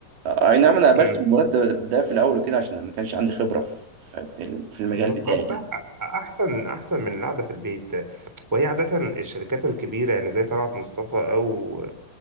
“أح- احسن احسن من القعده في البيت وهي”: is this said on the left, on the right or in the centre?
Centre